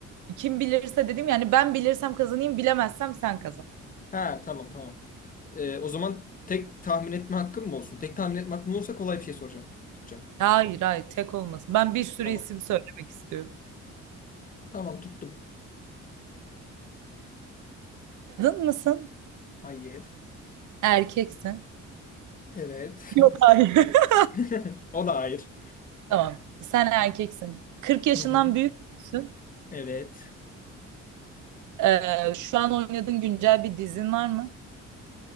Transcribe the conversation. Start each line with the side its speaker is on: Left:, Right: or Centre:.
Right: kim bilirse dedim yani ben bilirsem kazanayım bilemezsem sen kazan.
Left: Ha tamam tamam. Ee, o zaman tek tahmin etme hakkım mı olsun? Tek tahmin etme hakkım olursa kolay bir şey soracağım. Tutacağım.
Right: Hayır hayır tek olmasın. Ben bir sürü
Left: Tamam.
Right: isim söylemek istiyorum.
Left: Tamam tuttum.
Right: Kadın mısın?
Left: Hayır.
Right: Erkeksin.
Left: Evet.
Right: Yok hayır. <laughs>
Left: <laughs> O da hayır.
Right: Tamam. Sen erkeksin. 40 yaşından
Left: Hı hı.
Right: büyük müsün?
Left: Evet.
Right: Ee, şu an oynadığın güncel bir dizin var mı?